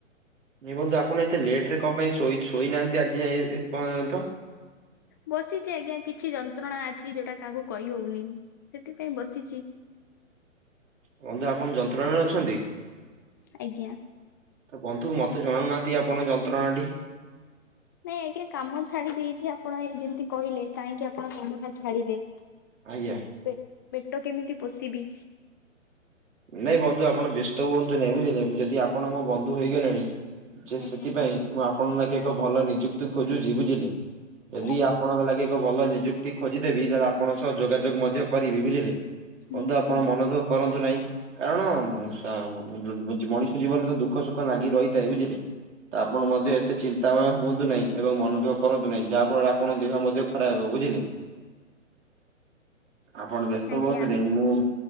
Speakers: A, on the right; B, on the left.
A: ଦେଖନ୍ତୁ ଆପଣ ଏତେ ଲେଟ ରେ କଣ ପାଇଁ ଶୋଇ ଶୋଇନାହାନ୍ତି ଆଜିଯାଏଁ ଏ ପର୍ଯ୍ୟନ୍ତ
B: ବସିଚି ଆଜ୍ଞା କିଛି ଯନ୍ତ୍ରଣା ଅଛି ଯୋଉଟା କାହାକୁ କହିହଉନି ସେଥିପାଇଁ ବସିଚି।
A: ବନ୍ଧୁ ଆପଣ ଯନ୍ତ୍ରଣାରେ ଅଛନ୍ତି?
B: ଆଜ୍ଞା।
A: ତ ବନ୍ଧୁ ମୋତେ ଜଣଉନାହାନ୍ତି ଆପଣ ଯନ୍ତ୍ରଣା ଟି?
B: ନାଇଁ ଏକରେ କାମ ଛାଡି ଦେଇଚି ଆପଣ ଏଇ ଯେମିତି କହିଲେ କାହିଁକି ଆପଣ କାମଟା ଛାଡିଲେ?
A: ଆଜ୍ଞା।
B: ପେ ପେଟ କେମିତି ପୋଷିବି?
A: ନାଇଁ ବନ୍ଧୁ ଆପଣ ବ୍ୟସ୍ତ ହୁଅନ୍ତୁନି ବୁଝିଲେ, ମୁଁ ଯଦି ଆପଣ ମୋ ବନ୍ଧୁ ହେଇଗଲେଣି ଯେ
B: ଆଜ୍ଞା
A: ସେଥିପାଇଁ ମୁଁ ଆପଣଙ୍କ ନାଗି ଏକ ଭଲ ନିଯୁକ୍ତି ଖୋଜୁଚି ବୁଝିଲେ। ଯଦି
B: ଆଜ୍ଞା
A: ଆପଣଙ୍କ ଲାଗି ଭଲ ନିଯୁକ୍ତି ଖୋଜିଦେବି ତାହାଲେ ଆପଣ ସହ ଯୋଗାଯୋଗ ମଧ୍ୟ କରିବି ବୁଝିଲେ ବନ୍ଧୁ
B: ନିଶ୍ଚିନ୍ତ।
A: ଆପଣ ମନଦୁଃ କରନ୍ତୁ ନାଇଁ। କାରଣ ମ ସାମ୍ ଉ ବ ମଣିଷ ଜୀବନରେ ଦୁଃଖ ସୁଖ ଲାଗି ରହିଥାଏ ବୁଝିଲେ। ତ ଆପଣ ମଧ୍ୟ ଏତେ ଚିନ୍ ନ୍ତା ମୟ ହୁଅନ୍ତୁ ନାହିଁ ଏବଂ ମନଦୁଃଖ କରନ୍ତୁ ନାହିଁ ଯାହା ଫଳରେ ଆପଣ ଦେହ ମଧ୍ୟ ଖରାପ ହେବ ବୁଝିଲେ। ଆପଣ ବ୍ୟସ୍ତ
B: ଆଜ୍ଞା
A: ହୁଅନ୍ତୁ ନାଇ ମୁଁ